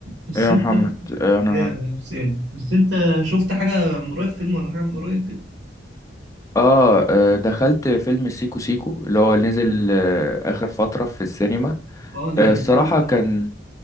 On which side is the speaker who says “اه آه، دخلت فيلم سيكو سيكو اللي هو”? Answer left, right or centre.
Left